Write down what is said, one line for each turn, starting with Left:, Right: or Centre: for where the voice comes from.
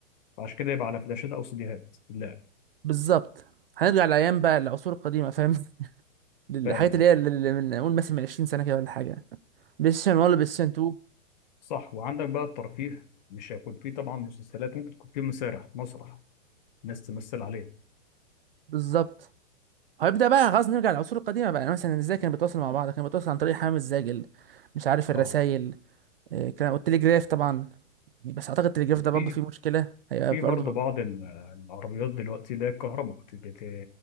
Left: عشان كده يبقى على فلاشات او سيديهات اللعب
Right: بالظبط هنرجع لايام بقى العصور القديمه فاهم <laughs> الحاجات
Left: فاهم
Right: اللي
Left: أهو.
Right: هي اللي اللي من نقول مثلا من 20 سنه كده ولا حاجه بلاي ستيشن 1 بلاي ستيشن 2
Left: وصح وعندك بقى الترفيه مش هيكون فيه طبعا مسلسلات ممكن تكون فيه مسارح مسرح ناس تمثل عليه
Right: بالظبط هيبدا بقى خلاص نرجع للعصور القديمه بقى يعني مثلا ازاي كانوا بيتواصلوا مع بعض كانوا بيتواصلوا عن طريق حمام الزاجل مش عارف الرسايل
Left: اه
Right: كان والتليجراف طبعا يعني، بس اعتقد التليجراف
Left: وفي
Right: ده برضه فيه مشكله هيبقى
Left: في
Right: برضه
Left: برضه بعض ال- العربيات دلوقتي اللي هي الكهرباء بت- بت-